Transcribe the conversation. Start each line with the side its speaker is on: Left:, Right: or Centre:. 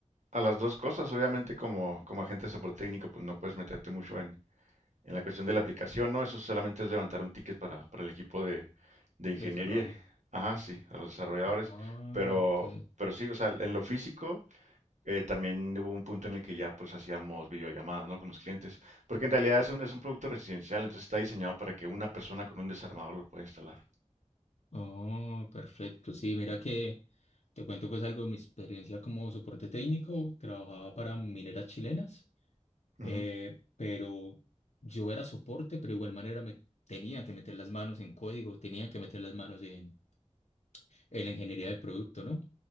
Right: A las dos cosas, obviamente, como, como agente de soporte técnico, pues no puedes meterte mucho en, En la cuestión de la aplicación, no, eso solamente es levantar un ticket para, para el equipo de, de ingeniería.
Left: de desarrollo?
Right: Ajá, sí, a los desarrolladores.
Left: Ah,
Right: Pero,
Left: ok.
Right: pero sí, o sea, en lo físico, eh, también hubo un punto en el que ya pues hacíamos videollamadas, ¿no? Con los clientes. Porque en realidad es un, es un producto residencial, entonces está diseñado para que una persona con un desarmador lo pueda instalar.
Left: Oh, perfecto. Sí, mira que te cuento pues algo de mi experiencia como soporte técnico. Trabajaba para mineras chilenas,
Right: Ujú,
Left: eh, pero yo era soporte, pero de igual manera me tenía que meter las manos en código, tenía que meter las manos en en la ingeniería de producto, ¿no?